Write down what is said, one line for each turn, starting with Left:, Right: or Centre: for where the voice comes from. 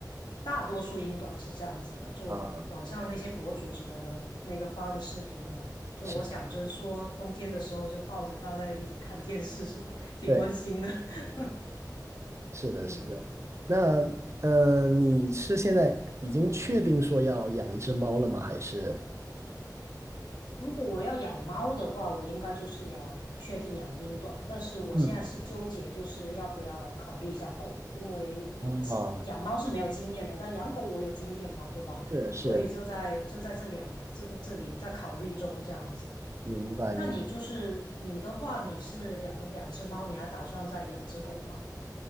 Left: 大多数英短是这样子的。就网上那些博主什么的，
Right: 啊，
Left: 那个发的视频嘛，就我想着说，
Right: 是，
Left: 冬天的时候就抱着它在一起看电视，是吧？挺温馨的。
Right: 对，
Left: <laughs>
Right: 是的，
Left: 嗯。
Right: 是的。那，呃，你是现在已经确定说要养一只猫了吗？还是？
Left: 如果我要养猫的话，我应该就是要确定养英短，但是我现在是纠结，
Right: 嗯，
Left: 就是要不要考虑一下狗，因为我自养猫是没有经验的，
Right: 哦，
Left: 但养狗我有经验嘛，对吧？
Right: 是是，
Left: <laughs> 所以就在就在这两这个这里在考虑中这样子。
Right: 明白明。
Left: 那你就是你的话，你是两两只猫，你还打算再养只狗吗？